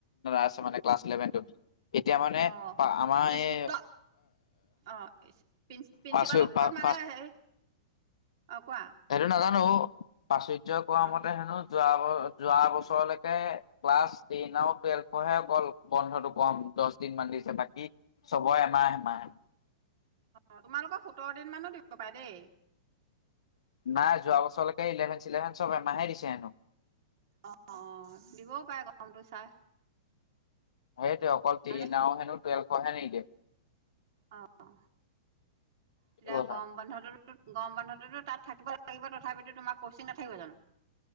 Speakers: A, on the left; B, on the right.
A: আছে মানে ক্লাছ ইলেভেনত এতিয়া মানে
B: অ',
A: আমাৰ এই
B: স্কুলৰ অ', প্ৰিন্সিপালৰ
A: পাচ
B: ওপৰত
A: প
B: মানে হেৰি। অ', কোৱা
A: হেইটো নাজানো। প্ৰাচুৰ্য্য কোৱা
B: অ',
A: মতে হেনো যোৱা ব যোৱা বছৰলৈকে ক্লাছ ট্ৰেন আৰু টুৱেলভফহে অকল বন্ধতটো কম দহ দিন মান দিছে বাকী চবৰে এমাহ এমাহে।
B: অ' তোমালোকৰ সোতৰ দিন মানো দিব পাৰে দেই।
A: নাই যোৱা বছৰলৈকে ইলেভেন চিলেভেন চবে মাহে দিছে হেনো।
B: অ' অ' দিবও পাৰে গৰমটো চাই।
A: সেইটো অকল ট্ৰেইন
B: ভালে
A: হেনো টুৱেলভৰ হে নিদিয়ে
B: অ' তেতিয়া
A: কথা
B: গ'ম বন্ধতো। গৰম বান্ধততো তাত থাকিব লাগিব তথাপিতো তোমাৰ কচিং নাথাকিব জানো?